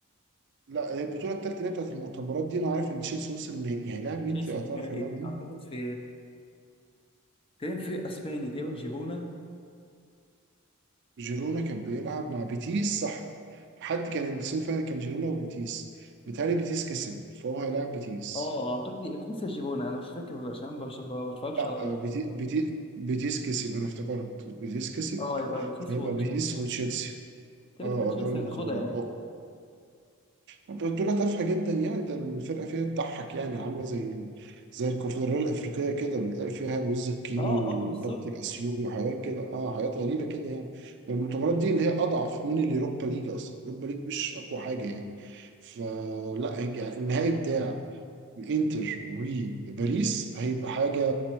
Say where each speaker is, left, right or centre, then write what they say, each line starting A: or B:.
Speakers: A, on the right (about 55°); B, on the left (about 25°).
A: لا هي البطولة التالتة اللي هي بتاعت المؤتمرات دي انا عارف ان تشيلسي وصل النهائي هيلاعب مين
B: تشيلسي
A: انت هتعرف
B: في النهائي
A: هيلاعب مين
B: اعتقد في تقريبا في اسباني تقريبا جيفونا
A: جيرونا كان بيلعب مع بيتيس صح حد كان السيمي فاينل كان جيرونا وبيتيس بيتهيألي بيتيس كسب فهو هيلاعب بيتيس
B: اه اعتقد بيتيس يا جيفونا انا مش فاكر عشان ما بش- ما بتفرجش
A: لا
B: على ال...
A: آه، بيتي- بيتي- بيتيس كسب انا افتكرت بيتيس كسب
B: اه يبقى بيتيس
A: فهيبقى
B: وتشيلسي
A: بيتيس وتشيلسي
B: كده
A: اه
B: كده تشيلسي
A: آه، دوري المؤتمرات
B: هتاخدها يعني
A: اه بطولة تافهة جدا يعني ده الفرقة فيها تضحك يعني عاملة زي زي الكونفدرالية الأفريقية كده بتلاقي فيها الوز الكيني
B: اه
A: والبط
B: اه بالظبط
A: الأثيوبي وحاجات كده اه حاجات غريبة كده يعني المؤتمرات دي اللي هي أضعف من اليوروبا ليج أصلا اليوروبا ليج مش أقوى حاجة يعني فلا هيج- يعني النهائي بتاع الانتر وباريس هيبقى حاجة